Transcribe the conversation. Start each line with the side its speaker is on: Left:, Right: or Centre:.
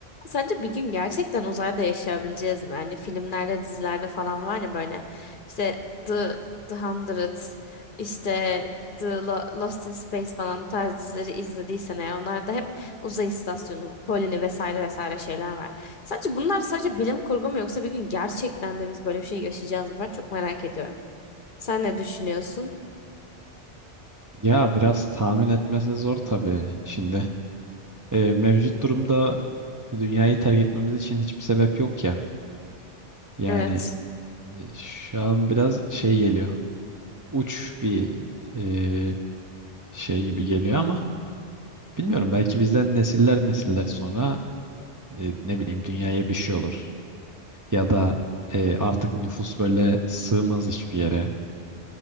Left: Sence bir gün gerçekten uzayda yaşayabileceğiz mi? Hani filmlerde, dizilerde falan var ya böyle işte The, The Hundred, işte The Lo- Lost in Space falan bu tarz dizileri izlediysen eğer onlarda hep uzay istasyonu, koloni vesaire vesaire şeyler var. Sence bunlar sadece bilim kurgu mu yoksa bir gün gerçekten de biz böyle bir şey yaşayacağız mı? Ben çok merak ediyorum. Sen ne düşünüyorsun?
Right: Ya biraz tahmin etmesi zor tabii şimdi. Ee, mevcut durumda dünyayı terk etmemiz için hiçbir sebep yok ya. Yani
Left: Evet.
Right: e, şu an biraz şey geliyor. Uç bir e, şey gibi geliyor ama bilmiyorum belki bizden nesiller nesiller sonra e, ne bileyim dünyaya bir şey olur. Ya da e, artık nüfus böyle sığmaz hiçbir yere.